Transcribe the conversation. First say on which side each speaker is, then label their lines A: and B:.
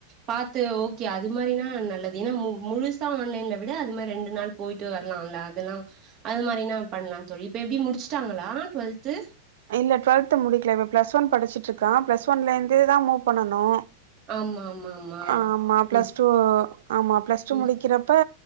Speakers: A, on the right; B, on the right.
A: பாத்து ஓகே அது மாரினா நல்லது ஏன்னா மு முழுசா ஆன்லைன்ல விட அது மாரி ரெண்டு நாள் போயிட்டு வரலால அதெல்லா அது மாரினா பண்லா தோழி இப்ப எப்டி முடிச்சுட்டாங்களா டுவெல்த்து
B: இல்ல டுவல்து முடிக்ல இப்ப பிளஸ் ஒன் படிச்சிட்ருக்கா பிளஸ் ஒன்லேந்துதா மூவ் பண்ணனு
A: ஆமா ஆமா
B: ஆமா பிளஸ்
A: ம்
B: டூ ஆமா பிளஸ் டூ
A: ம்
B: முடிக்கிறப்ப